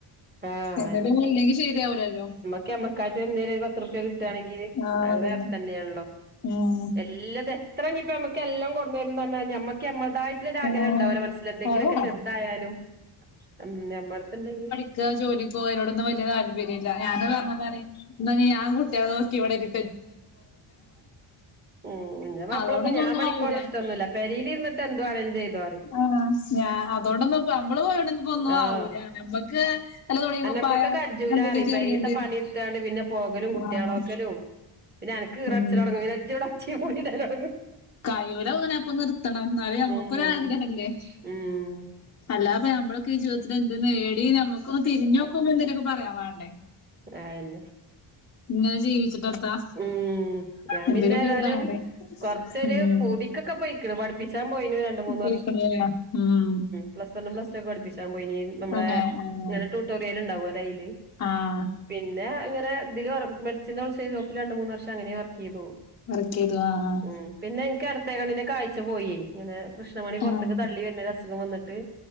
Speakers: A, on the right; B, on the left.
A: ആഹ്
B: എന്തെങ്കിലുംഒന്ന് ഇല്ല്യെങ്കി ശെരിയാവൂലല്ലൊ
A: ക്ക്യമ്മക്കായിട്ട് എന്തെലും ഒര് പത്ത്റുപ്യ കിട്ടാണെങ്കില്
B: ആഹ്
A: അത്
B: അതന്നെ
A: വേറെ തന്നെയാണല്ലോ.
B: ഉം
A: എല്ലത് എത്ര ഇഞ്ഞി ഇപ്പമ്മക്ക് എല്ലം കൊട്ന്ന് തര്ന്ന് പറഞ്ഞാലും ഞമ്മക്ക് ഞമ്മള്തായിട്ട് ലൊര് ആഗ്രഹം
B: ആഹ്
A: ഉണ്ടാവുലെ മനസ്സില് എന്തെങ്കിലൊക്കെ
B: അത് വേണം
A: ചെറുതായാലും ഉം ഞമ്മെട്ത്ത് ഇണ്ടെങ്കി
B: ക്ക ജോലിക്കൊയതിനോടൊന്നും വല്യ താൽപര്യം ഇല്ല ഞാന് അത്‌ പറഞ്ഞപ്പം പറയും ഇന്നാ ഇനി ഞാൻ കുട്ട്യാളെ നോക്കി ഇവ്ടെ ഇരി
A: ഉം ഇന്റെ മാപ്പളക്കും
B: അതോണ്ടൊന്നും
A: ഞാൻ
B: ഒന്നും
A: പണിക്ക്‌
B: ആവൂല
A: പോണെ ഇഷ്ട്ടൊന്നുല്ല. പെരീലിരിന്നിട്ട് എന്ത് വേണേലും ചെയ്തോ പറീം
B: ആഹ് സ്നാ അതോണ്ടൊന്നും അമ്മള് പോയോണ്ടൊന്നും ഇപ്പോ ഒന്നും
A: ആഹ്
B: ആവൂല ഞമ്മക്ക് വല്ല തുണിം
A: അന്നെക്കൊണ്ട്
B: കുപ്പായം
A: കജ്ജൂലാറിയും
B: പിന്നെ എന്തേലും ചെറിയത്
A: പെരീത്തെ പണി എടുത്താണ്ട് പിന്നെ പോകലും കുട്ടികളോക്കലും
B: ആഹ്
A: പിന്നെ അനക്ക് ഈറ
B: ഉം
A: പിടിച്ചില് തൊടങ്ങും പിന്നെ ഇജ്ജി ഇവ്ടെ ഒച്ചേ വിളീം ഇടല് തൊടങ്ങും.
B: കയ്യൂലാ തൊന്നാണേ അപ്പ നിർത്തണം ഇന്നാല് നമ്മുക്കൊര്
A: ഉം
B: ആഗ്രഹല്ലേ
A: ഉം
B: അല്ലാ ഇപ്പം ഞാമ്മളൊക്കെ ഈ ജീവിതത്തിൽ എന്ത് നേടിന്ന് നമ്മുക്കൊന്ന് തിരിഞ്ഞ് നോക്കുമ്പോ എന്തെങ്കിലൊക്കെ പറയാൻ വേണ്ടേ
A: അയെന്നെ
B: ഇങ്ങനെ ജീവിച്ചിട്ടെത്താ
A: ഉം ഞാൻ
B: എന്തേലൊക്കെ
A: പിന്നെ ഏതാലും
B: എഴുതാണ്ടേ
A: കൊറച്ചൊര്
B: ഉം
A: പൂതിക്കൊക്കെ പോയിക്ക്‌ണ് പഠിപ്പിച്ചാൻ പോയിന്ന് രണ്ട്മൂന്ന്
B: പോയ്‌ക്ക്‌ണ്ലേ ഉം
A: പ്ലസ് വണ്ണും പ്ലസ് ടു ഒക്കെ പഠിപ്പിച്ചാ പോയിനി നമ്മളെ
B: തന്നെ ആഹ്
A: ഇങ്ങനെ ട്യൂട്ടോറിയൽ ഉണ്ടാവല്ലോ അയില്.
B: ആഹ്
A: പിന്നെ അങ്ങനെ ഇദില് വർ മെഡസിന്റെ ഹോൾ സെയിൽ ഷോപ്പിൽ രണ്ട് മൂന്ന് വർഷം അങ്ങനെ വർക്ക് ചെയ്തു.
B: വർക്കേയ്തു ആഹ് ആഹ്
A: ഉം പിന്നെ എനിക്ക് എടത്തേ കണ്ണിന്റെ കാഴ്ച പോയേ ഇങ്ങനെ കൃഷ്ണമണി പൊറത്തേക്ക്
B: ആഹ്
A: തള്ളി വെര്ന്ന ഒര് അസുഖം വന്നിട്ട്